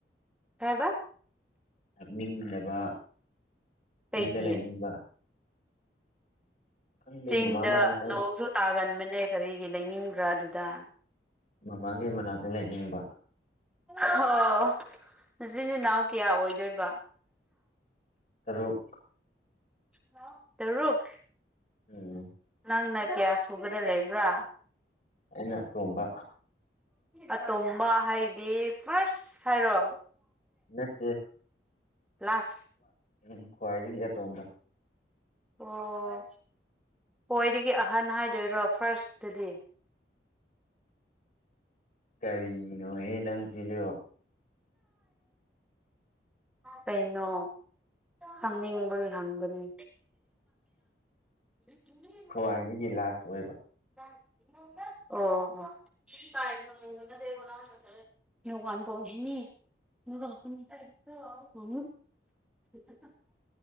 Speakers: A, in the centre; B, on the left (about 45°).
A: ꯀꯩꯍꯥꯏꯕ
B: ꯂꯥꯛꯅꯤꯡꯗꯕ ꯆꯤꯡꯗ
A: ꯀꯩꯒꯤ
B: ꯂꯩꯅꯤꯡꯕ ꯈꯪꯗꯦ
A: ꯆꯤꯡꯗ
B: ꯃꯃꯥ ꯃꯅꯥꯛꯇ
A: ꯅꯣꯡꯁꯨ ꯇꯥꯒꯟꯕꯅꯦ ꯀꯔꯤꯒꯤ ꯂꯩꯅꯤꯡꯕ꯭ꯔꯥ ꯑꯗꯨꯗ
B: ꯃꯃꯥꯡ꯫ꯒꯤ ꯃꯅꯥꯛꯇ ꯂꯩꯅꯤꯡꯕ
A: ꯑꯣ ꯅꯆꯤꯟ ꯅꯅꯥꯎ ꯀꯌꯥ ꯑꯣꯏꯗꯣꯏꯕ
B: ꯇꯔꯨꯛ
A: <unintelligible> ꯇꯔꯨꯛ
B: ꯎꯝ
A: ꯅꯪꯅ ꯀꯌꯥ ꯁꯨꯕꯗ ꯂꯩꯕ꯭ꯔꯥ
B: ꯑꯩꯅ ꯇꯣꯝꯕ
A: ꯑꯇꯣꯝꯕ ꯍꯥꯏꯗꯤ ꯐꯥꯔꯁ ꯍꯥꯏꯔꯣ
B: ꯅꯠꯇꯦ
A: ꯀ꯭ꯂꯥꯁ
B: ꯎꯝ ꯈ꯭ꯋꯥꯏꯗꯒꯤ ꯑꯇꯣꯝꯕ
A: ꯑꯣ ꯍꯣꯏꯗꯒꯤ ꯑꯍꯟ ꯍꯥꯏꯗꯣꯏꯔꯣ ꯐꯥꯔꯁꯇꯗꯤ
B: ꯀꯔꯤꯒꯤꯅꯣꯍꯦ ꯅꯪ ꯁꯤꯁꯨ
A: ꯀꯩꯅꯣ ꯍꯪꯅꯤꯡꯕꯒꯤ ꯍꯪꯕꯅꯤ <unintelligible>
B: ꯈ꯭ꯋꯥꯏꯗꯒꯤ ꯂꯥꯁ ꯑꯣꯏꯕ
A: <unintelligible> ꯑꯣ ꯑꯣ <unintelligible> <unintelligible> <unintelligible>